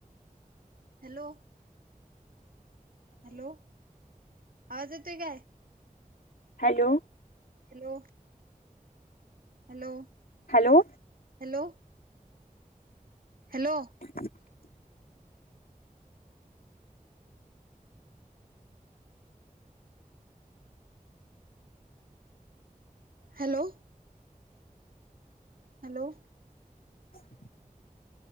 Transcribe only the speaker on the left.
हॅलो
हॅलो
<inaudible>
<inaudible>